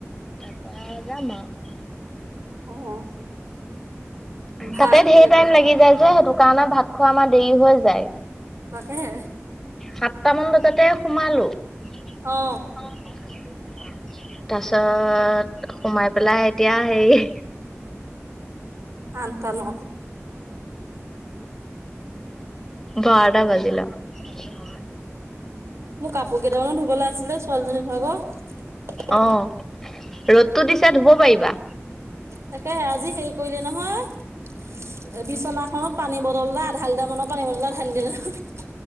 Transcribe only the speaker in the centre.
তাৰপা যাম আৰু।
তাতে ধঢেৰ
টাইম লাগি যায় যে সেইটো কাৰণে ভাত খোৱা আমাৰ দেৰি হৈ যায়।
সাতটামান বজাতে সোমালো। <unintelligible>
তাৰ পিছত সোমাই পেলাই এতিয়া হেৰি
বাৰটা বাজিলা <unintelligible>
অ' ৰ'দটো দিছে ধুব পাৰিবা।